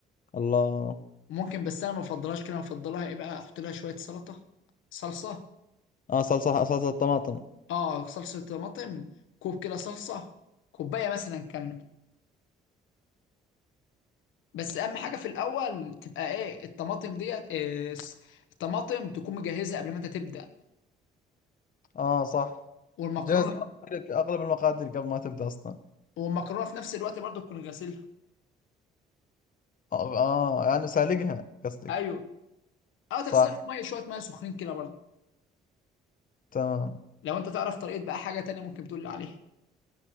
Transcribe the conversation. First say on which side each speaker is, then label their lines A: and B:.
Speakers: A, on the left (about 45°); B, on the left (about 80°).
A: الله
B: ممكن بس انا ما بفضلهاش كده أنا بفضلها ايه بقى احط لها شويه سلطه صلصه
A: آه صلصة صلصة الطماطم
B: اه صلصه طماطم كوب كده صلصه كوبايه مثلا كامله بس اهم حاجه في الاول تبقى ايه الطماطم ديت إيه س- الطماطم تكون مجهزها قبل ما انت تبدا
A: آه صح
B: والمكرونه
A: جاهز لك أغلب المقادير قبل ما تبدأ أصلا
B: والمكرونه في نفس الوقت برضو تكون غاسلها
A: آه آه، يعني سالقها قصدك
B: ايوه اه تغسلها
A: صح
B: في ميه شويه ميه سخنين كده برضو
A: تمام
B: لو انت تعرف طريقه بقى حاجه تانية ممكن تقول لي عليها